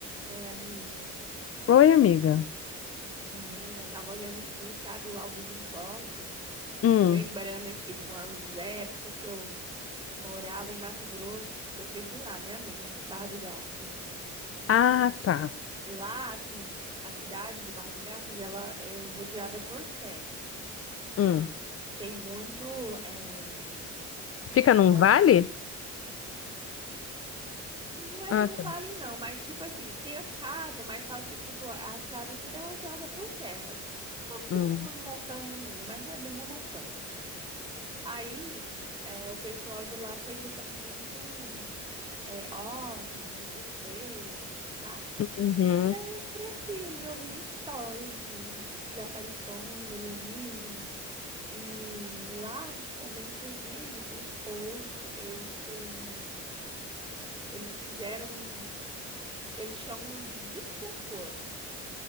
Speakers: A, on the right (about 15°); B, on the left (about 50°).
A: Oi, amiga.
B: Oi, amiga.
A: Menina, tava olhando aqui, sabe, o álbum de foto,
B: Hum.
A: lembrando aqui de umas épocas que eu morava em Mato Grosso, que eu cresci lá, né, amiga? Barra do Garças.
B: Ah, tá.
A: Lá, assim, a cidade de Barra do Garças, ela é rodeada por serra.
B: Hum.
A: Tem muito, é,
B: Fica
A: o
B: num
A: po-
B: vale?
A: não é
B: Ah,
A: bem um
B: tá.
A: vale, não, mas tipo assim, tem as casas, mas só que, tipo, as casas tudo é rodeada por serra. Como se
B: Hum.
A: fosse umas montanhazinhas, mas não é bem uma montanha. Aí, é, o pessoal de lá acredita muito em é, OVNIs, ETs, sabe?
B: Uhum.
A: E aí eu cresci ali ouvindo histórias de, de aparições alienígenas. E lá também, inclusive, o povo, ele tem... Eles fizeram... um- Eles chamam de discoporto.